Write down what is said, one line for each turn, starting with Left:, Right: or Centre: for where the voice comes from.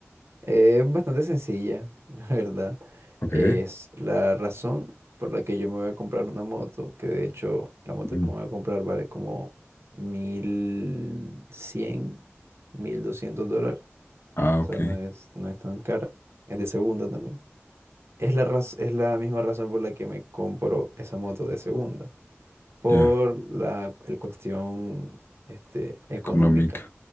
Right: Eh, Es bastante sencilla, <laughs> la verdad.
Left: Ok.
Right: Es la razón por la que yo me voy a comprar una moto, que de hecho la moto
Left: Ujú.
Right: que me voy a comprar vale como mil cien mil doscientos dólares.
Left: Ah, ok,
Right: O sea, no es, no es tan cara. Es de segunda también. Es la raz- es la misma razón por la que me compro esa moto de segunda. Por
Left: ya.
Right: la el cuestión este, económica.
Left: Económica.